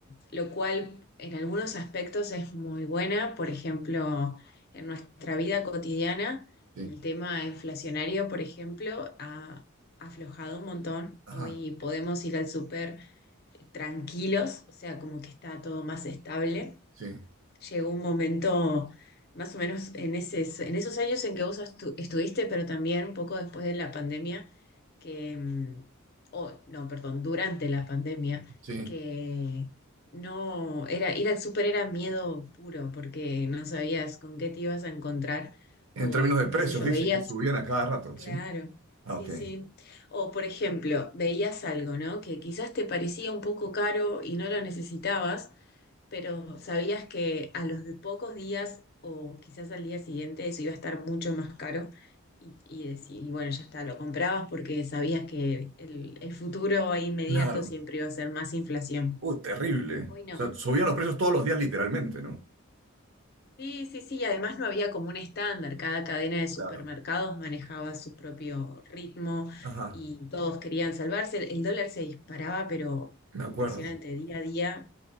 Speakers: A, on the left; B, on the right.
A: lo cual en algunos aspectos es muy buena. Por ejemplo, en nuestra vida cotidiana,
B: Sí,
A: el tema inflacionario, por ejemplo, ha aflojado un montón.
B: ajá,
A: Hoy podemos ir al súper tranquilos, o sea, como que está todo más estable.
B: sí,
A: Llegó un momento... Más o menos en ese, en esos años en que vos estu- estuviste, pero también un poco después de la pandemia, que, mm, o no, perdón, durante la pandemia,
B: sí.
A: que no, era, ir al súper era miedo puro, porque no sabías con qué te ibas a encontrar, o
B: En términos de precios,
A: qué sé yo,
B: dice
A: veías,
B: que subían a cada rato,
A: claro,
B: ¿sí? Ah,
A: sí,
B: ok.
A: sí. O por ejemplo, veías algo, ¿no? Que quizás te parecía un poco caro y no lo necesitabas, pero sabías que a los de pocos días o quizás al día siguiente eso iba a estar mucho más caro y, y, decí- y bueno, ya está, lo comprabas porque sabías que el, el futuro inmediato
B: Claro.
A: siempre iba a ser más inflación.
B: Uy, terrible.
A: Hoy no.
B: O sea, subían los precios todos los días literalmente, ¿no?
A: Sí, sí, sí, y además no había como un estándar, cada cadena de supermercados
B: Claro.
A: manejaba su propio ritmo
B: Ajá,
A: y todos querían salvarse. El dólar se disparaba, pero
B: me
A: impresionante,
B: acuerdo,
A: día a día,